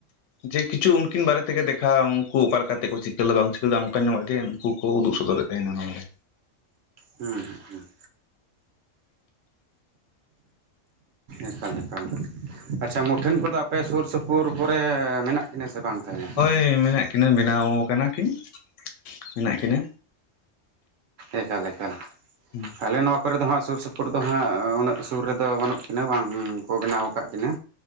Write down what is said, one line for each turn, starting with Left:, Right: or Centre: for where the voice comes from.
Left: ᱡᱮ ᱠᱤᱪᱷᱩ ᱩᱱᱠᱤᱱ ᱵᱟᱨᱮ- ᱛᱮᱜᱮ ᱫᱮᱠᱷᱟᱣ᱾ ᱩᱱᱠᱩ ᱚᱠᱟ ᱞᱮᱠᱟ ᱞᱮᱠᱟ ᱛᱮᱠᱚ ᱪᱤᱠᱟᱹ ᱞᱮᱫᱟ ᱵᱟᱝ ᱠᱚ ᱪᱤᱠᱟᱹ ᱞᱮᱫᱟ ᱚᱱᱠᱟ ᱧᱚᱜ ᱜᱮ ᱩᱱᱠᱩ ᱠᱚ ᱩᱫᱩᱜ ᱥᱚᱫᱚᱨᱮᱫ ᱛᱟᱦᱮᱱᱟ ᱱᱚᱣᱟ ᱫᱚ᱾
Right: ᱦᱩᱸ ᱦᱩᱸ ᱦᱩᱸ ᱮᱠᱟᱞ ᱮᱠᱟᱞ ᱟᱪᱪᱷᱟ ᱢᱩᱴᱷᱟᱹᱱ ᱠᱚᱫᱚ ᱟᱯᱮ ᱥᱩᱨ ᱥᱩᱯᱩᱨ ᱠᱚᱨᱮ ᱢᱮᱱᱟᱜ ᱠᱤᱱᱟ ᱥᱮ ᱵᱟᱝ ᱛᱟᱦᱞᱮ?
Left: ᱦᱮᱸ ᱢᱮᱱᱟᱜ ᱠᱤᱱᱟᱹ ᱵᱮᱱᱟᱣ ᱟᱠᱟᱱᱟ ᱠᱤᱱ ᱢᱮᱱᱟᱜ ᱠᱤᱱᱟᱹ᱾
Right: ᱮᱠᱟᱞ ᱮᱠᱟᱞ
Left: ᱦᱩᱸ
Right: ᱟᱞᱮ ᱱᱚᱣᱟ ᱠᱚᱨᱮ ᱫᱚ ᱦᱟᱸᱜ ᱥᱩᱨ ᱥᱩᱯᱩᱨ ᱫᱚ ᱦᱟᱸᱜ ᱩᱱᱟᱹᱜ ᱥᱩᱨ ᱨᱮᱫᱚ ᱵᱟᱹᱱᱩᱜ ᱠᱤᱱᱟᱹ ᱵᱟᱝ ᱠᱚ ᱵᱮᱱᱟᱣ ᱟᱠᱟᱫ ᱠᱤᱱᱟᱹ᱾